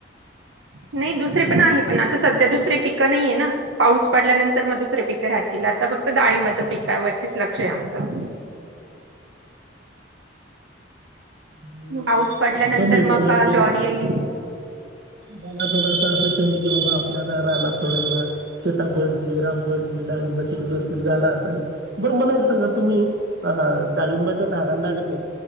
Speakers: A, on the right (about 85°); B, on the right (about 65°).
A: नाही दुसरे पण आहे पण आता सध्या दुसरे पिकं नाहीये ना पाऊस पडल्यानंतर मग दुसरे पिकं राहतील आता फक्त डाळिंबाच पिकावर तेच लक्ष आहे आमचं
B: आणि
A: पाऊस पडल्यानंतर
B: कमी आहे
A: मका
B: पण आम्ही
A: ज्वारी य
B: मला थोडस असा झाल की बाबा आपल्या दा रानात थोडस सिताफळची, रामफळची, डाळिंबाची एक दोन तीन झाडं असावीत बर मला एक सांगा तुम्ही अ डाळिंबाच्या झाडांला किनई